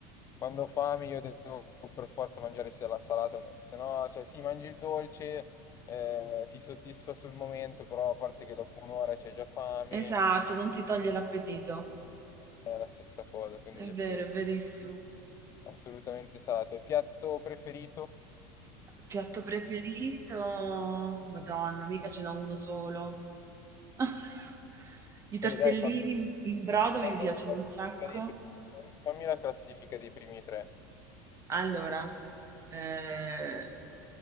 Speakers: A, on the left (about 35°); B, on the right (about 30°).
A: quando ho fame io devo per forza mangiare sia la salata, no, se no, cioè, sì, mangi il dolce, eh, ti soddisfa sul momento, però a parte che dopo un'ora c'hai già fame,
B: Esatto, non ti toglie l'appetito,
A: è la stessa cosa, quindi
B: è
A: assolut-
B: vero, è verissimo.
A: assolutamente salato. E piatto preferito?
B: Piatto preferito? Madonna, mica ce n'ho uno solo. <laughs> I tortellini
A: E dai, fammi,
B: in in brodo
A: fammi
B: mi piacciono
A: una classifica
B: un sacco.
A: dei, fammi la classifica dei primi tre,
B: Allora, eh,